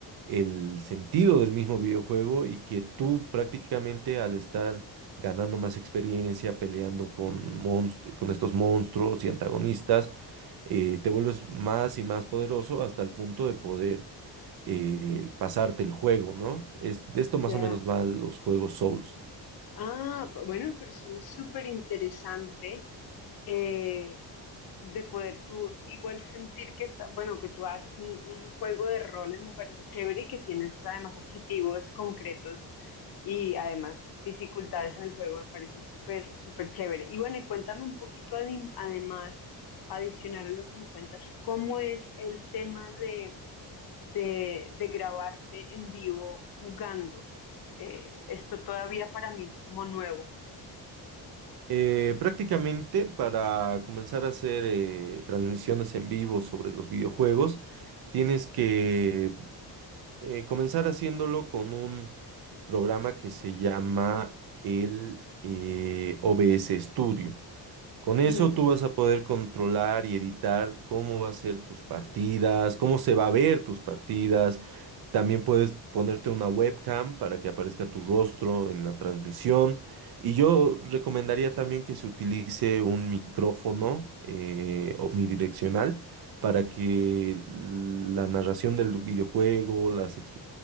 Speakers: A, on the right; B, on the left.
A: el sentido del mismo videojuego y que tú prácticamente al estar ganando más experiencia, peleando con monst- con estos monstruos y antagonistas, eh, te vuelves más y más poderoso hasta el punto de poder eh, pasarte el juego, ¿no? Es, de esto
B: Ya.
A: más o menos van los juegos Souls.
B: Ah, bueno, pero suena súper interesante eh, de poder tú igual sentir que está, bueno, que tú haces un, un juego de roles, me parece chévere y que tienes además objetivos concretos y además dificultades en el juego, me parece súper, súper chévere. Y bueno, y cuéntame un poquito adi- además, adicional a lo que me cuentas, ¿cómo es el tema de de, de grabarte en vivo jugando. Eh, esto todavía para mí es como nuevo.
A: Eh, prácticamente para comenzar a hacer eh, transmisiones en vivo sobre los videojuegos, tienes que eh, comenzar haciéndolo con un programa que se llama el eh, OBS Studio. Con eso
B: Ujú.
A: tú vas a poder controlar y editar cómo va a ser tus partidas, cómo se va a ver tus partidas. También puedes ponerte una webcam para que aparezca tu rostro en la transmisión. Y yo recomendaría también que se utilice un micrófono eh, omnidireccional para que la narración del videojuego, las, ex-